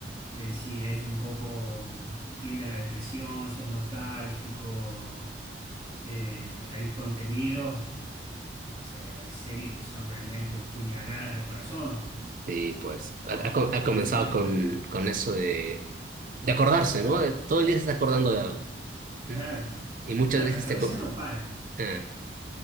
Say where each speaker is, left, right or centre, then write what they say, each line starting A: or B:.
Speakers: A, on the right; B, on the right.
A: de si es un poco, mm, tiende a la depresión, si es nostálgico. Eh, hay contenidos, no sé, hay series que son realmente puñaladas al corazón.
B: Sí, pues
A: O,
B: ha, ha co- ha comenzado
A: o impre-
B: con,
A: o-
B: con eso de, de acordarse, ¿no? Eh, Todo el día se está acordando de algo.
A: claro,
B: ¿m? Y muchas
A: claro,
B: veces
A: la cabeza
B: te... aco-
A: no para,
B: Ah,